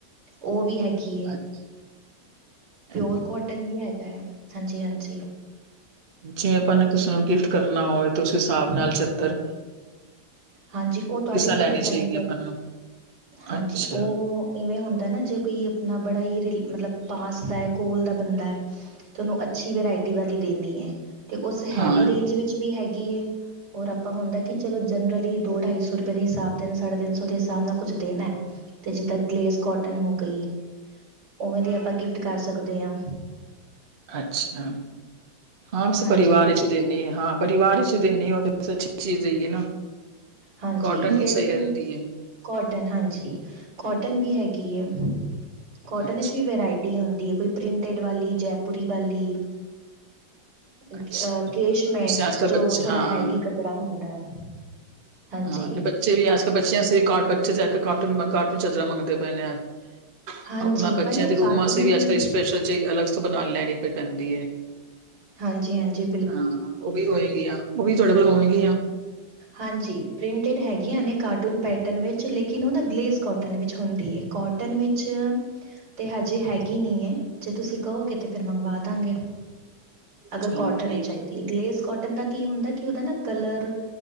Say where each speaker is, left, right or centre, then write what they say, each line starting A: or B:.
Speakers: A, on the right (about 75°); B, on the right (about 40°).
A: ਉਹ ਵੀ ਹੈਗੀ। ਏ
B: ਅੱਛਾ
A: ਪਿਓਰ ਕੋਟਨ ਵੀ ਹੈਗਾ ਹੈ। ਹਾਂਜੀ ਹਾਂਜੀ।
B: ਜਿਵੇਂ ਆਪਾਂ ਨੇ ਕਿਸੇ ਨੂੰ ਗਿਫਟ ਕਰਨਾ ਹੋਵੇ, ਤੇ ਉਸ ਹਿਸਾਬ
A: ਹਾਂਜੀ
B: ਨਾਲ ਚਾਦਰ
A: ਹਾਂਜੀ ਉਹ ਤੁਹਾਡੇ
B: ਤਰ੍ਹਾਂ
A: ਉੱਪਰ
B: ਲੈਣੀ
A: ਡਿਪੈਂਡ
B: ਚਾਹੀਦੀ ਹੈ
A: ਕਰ,
B: ਆਪਾਂ ਨੂੰ
A: ਹਾਂਜੀ
B: ਅੱਛਾ
A: ਉਹ ਇਵੇਂ ਹੁੰਦਾ ਨਾ ਜੇ ਕੋਈ ਆਪਣਾ ਬੜਾ ਹੀ ਮਤਲਬ ਪਾਸ ਦਾ ਹੈ, ਕੋਲ ਦਾ ਬੰਦਾ ਹੈ ਤੁਹਾਨੂੰ ਅੱਛੀ ਵਰਾਇਟੀ ਵਾਲੀ ਦੇਣੀ ਹੈ। ਤੇ ਉਸ ਹੈਵੀ
B: ਹਾਂ
A: ਰੇਂਜ ਵਿੱਚ ਵੀ ਹੈਗੀ ਏ, ਆਪਾਂ ਹੁੰਦਾ ਕਿ ਚਲੋ ਜਨ ਲਈ ਦੋ ਢਾਈ ਸੌ ਰੁਪਏ ਦੇ ਹਿਸਾਬ ਤਨ ਸਾਢੇ ਤਿੰਨ ਸੌ ਦੇ ਹਿਸਾਬ ਨਾਲ ਕੁਛ ਦੇਣਾ ਹੈ। ਤੇ ਜਿੱਦਾਂ ਗਲੇਸ ਕੋਟਨ ਹੋ ਗਈ। ਉਵੇਂ ਦੀ ਆਪਾਂ ਗਿਫਟ ਕਰ ਸਕਦੇ ਹਾਂ।
B: ਅੱਛਾ ਹਾਂ ਉਸ
A: ਹਾਂਜੀ
B: ਪਰਿਵਾਰ ਚ। ਦੇਨੀ ਹ ਹਾਂ ਪਰਿਵਾਰ ਚ ਦੇਦੇ ਹੋ, ਬ ਅੱਛੀ ਚੀਜ਼ ਦ‌ਈਏ ਹੈ ਨਾ
A: ਹਾਂਜੀ,
B: ਕੋਟਨ
A: ਫਿਰ
B: ਹੀ ਸਹੀ
A: ਤੇ
B: ਰਹਿੰਦੀ ਹੈ
A: ਕੋਟਨ ਹਾਂਜੀ ਕੋਟਨ ਵੀ ਹੈਗੀ ਹੈ, ਕੋਟਨ
B: ਅੱਛਾ
A: ਵਿਚ ਵੀ ਵਰਾਇਟੀ ਟੀ ਹੁੰਦੀ ਹੈ ਕੋਈ ਪ੍ਰਿੰਟਡ ਵਾਲੀ ਜੈਪੁਰੀ ਵਾਲੀ। ਹ
B: ਅੱਛਾ
A: ਕੇਸ਼ਮੈਂਟ
B: ਵੈਸੇ ਅੱਜ ਕੱਲ੍ਹ
A: ਜੋ
B: ਬੱਚੇ
A: ਥੋੜਾ
B: ਹਾਂ
A: ਹੈਵੀ ਕੱਪੜਾ ਹੁੰਦਾ ਹੈ। ਹਾਂਜੀ
B: ਹਾਂ ਤੇ ਬੱਚੇ ਵੀ ਅੱਜ ਕੱਲ ਬੱਚਿਆਂ ਵੀ ਬੱਚੇ ਜਾ ਕੇ ਕਾਰਟੂਨ ਕਾਰਟੂਨ ਚਾਦਰਾ ਮੰਗਦੇ ਪਏ ਨੇ ਆ।
A: ਹਾਂਜੀ
B: ਉਹਨਾਂ ਬੱਚਿਆਂ
A: ਪਰ ਨਾ
B: ਦੇ ਰੂਮ
A: ਕਾਰਟੂਨ
B: ਵਾਸਤੇ ਵੀ
A: ਦੀ
B: ਅੱਜ ਕੱਲ੍ਹ ਸਪੈਸ਼ਲ ਚਹੀ, ਅਲੱਗ ਤੋਂ ਬਣਾ ਲੈਣੀ ਪਈ ਪੈਂਦੀ ਹੈ।
A: ਹਾਂਜੀ ਹਾਂਜੀ।
B: ਹਾਂ ਉਹ ਵੀ ਹੋਏਗੀਆਂ, ਉਹ ਵੀ ਤੁਹਾਡੇ ਕੋਲ ਹੋਣਗੀਆਂ।
A: ਹਾਂਜੀ ਪ੍ਰਿੰਟਿਡ ਹੈਗੀਆਂ ਨੇ ਕਾਰਟੂਨ ਪੈਟਰਨ ਵਿੱਚ, ਲੇਕਿਨ ਉਹ ਨਾ ਗਲੇਸ ਕੋਟਨ ਵਿੱਚ ਹੁੰਦੀ ਹੈ। ਕੋਟਨ ਵਿੱਚ ਤੇ ਹਜੇ ਹੈਗੀ ਨਹੀਂ ਹੈ। ਜੇ ਤੁਸੀਂ ਕਹੋਗੇ ਤਾਂ ਫਿਰ ਮੰਗਵਾ ਦਾਂਗੇ। ਅਗਰ
B: ਚਲੋ
A: ਕੋਟਨ
B: ਠੀਕ
A: ਇਹ ਚਾਹੀਦੀ। ਗਲੇਸ ਕੋਟਨ ਦਾ ਕੀ ਹੁੰਦਾ ਕਿ ਉਹਦਾ ਨਾ ਕਲਰ